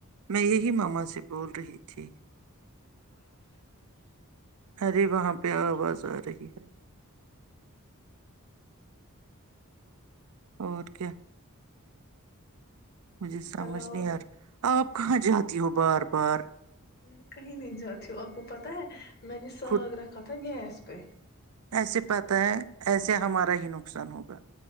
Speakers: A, on the right; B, on the left.
A: میں یہی ماما سے بول رہی تھی
B: ہ شا کا ہے تو
A: ار وہاں پہ آواز آ رہی ہے
B: <inaudible>
A: اور کیا مجھے سمجھ
B: ہلو
A: نہیں یار آپ کہاں جاتے تی ہوو بار بار
B: میں کہیں نہیں جاتی ہوں آپ کو پتا ہے میںی نے ساگر
A: خود
B: رکھا تھا گیس بس پہ
A: ایسے پا ہے ایسے ہمارا ہی نقصان ہوگا